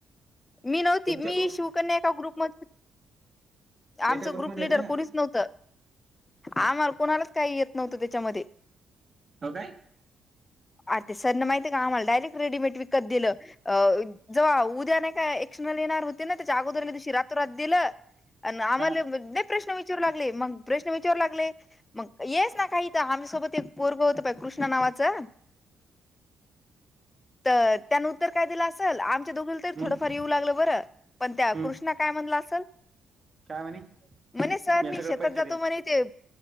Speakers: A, on the left; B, on the right.
A: मी नव्हती
B: तुमच्या
A: मी
B: ग्रुप
A: शिवकन्या ए ग्रुप हो आमचं
B: एका ग्रुपमध्ये
A: ग्रुप ललीडर
B: येतं का
A: कोणीच नव्हतं. आम्हा कोणालाच काही येत नव्हतं त्याच्यामध्ये.
B: हो काय.
A: आ ते सरन माती आहे का आम्हा डयरेक्ट रेडीमेट विकत दिलं. अ जव्हा उद्या नाही काय एकषणा येणार होते ना त्याच्या अगोदरला दिवशी रातोरात दिलं. अ आम्हाला
B: हा
A: नाही प्रश्न विचारू लागले मग प्रश्न विचारू लागले. मग येस ना काही तर आमहीसोबत एक पोरब होत कृष्ण नावाचं. तर त्यान उत्तर काय दिलं असेल आमच्या दोघ
B: हम्म
A: थोडंफार येऊ लागलं बर पण त्या
B: हम्म
A: कृष्णा काय म्हणलं असेल
B: काय म्हणे
A: मणे सर
B: मी
A: नाही
B: सगळं
A: सतात
B: पैसे
A: जातो
B: देऊन
A: मणे ते.